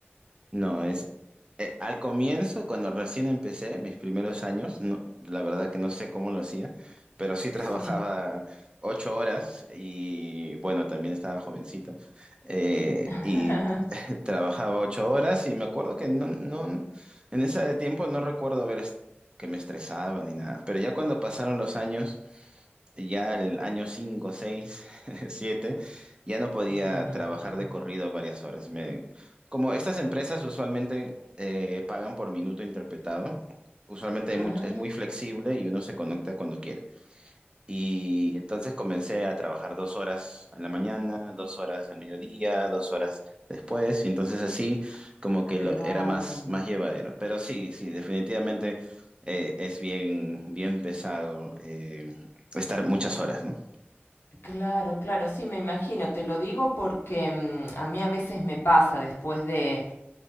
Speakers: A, on the right (about 25°); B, on the left (about 70°).
A: No, es eh, al comienzo, cuando recién empecé mis primeros años, no, la verdad que no sé cómo lo hacía, pero sí <laughs> trabajaba
B: Sí.
A: ocho horas y bueno, también estaba jovencito eh,
B: <laughs>
A: y <laughs> trabajaba ocho horas y me acuerdo que no, no, en ese tiempo no recuerdo haber est- que me estresaba ni nada, pero ya cuando pasaron los años ya el año 5 6 <laughs> 7 ya no podía
B: Me imagino.
A: trabajar de corrido varias horas. Me- como estas empresas usualmente eh, pagan por minuto interpretado, usualmente hay
B: Ah,
A: much- es muy flexible y uno se conecta cuando quiere. Y entonces comencé a trabajar dos horas en la mañana, dos horas al mediodía, dos horas después, y entonces así como que lo-
B: claro,
A: era más, más llevadero. Pero sí, sí, definitivamente eh, es bien, bien pesado eh, estar muchas horas, ¿no?
B: claro, claro, sí, me imagino. Te lo digo porque mm, a mí a veces me pasa después de